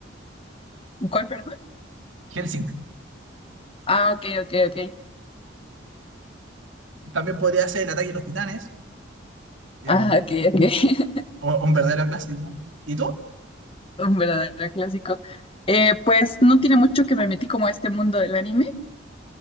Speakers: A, on the left; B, on the right.
A: ¿Cuál, perdón?
B: Hellsing.
A: Ah, ok, ok, ok.
B: <laughs> También podría ser El ataque de los titanes, que
A: Ah,
B: es un,
A: ok, ok. <laughs>
B: un- un verdadero clásico. ¿Y tú?
A: Un verdadero clásico. Eh, pues no tiene mucho que me metí como a este mundo del anime.